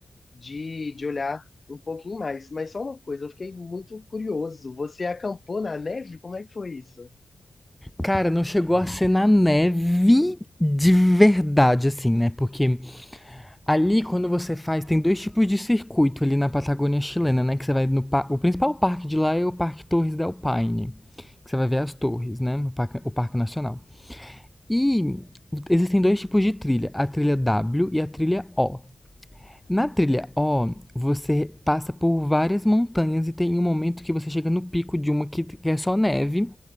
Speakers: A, on the left; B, in the centre.
A: De, de olhar um pouquinho mais. Mas só uma coisa, eu fiquei muito curioso. Você acampou na neve? Como é que foi isso?
B: Cara, não chegou a ser na neve de verdade, assim, né? Porque Ali, quando você faz, tem dois tipos de circuito ali na Patagônia chilena, né? Que você vai no pa- o principal parque de lá é o Parque Torres del Paine, que você vai ver as torres, né? O parque, o parque Nacional. E existem dois tipos de trilha, a trilha W e a trilha O. Na trilha O, você passa por várias montanhas e tem um momento que você chega no pico de uma que é só neve,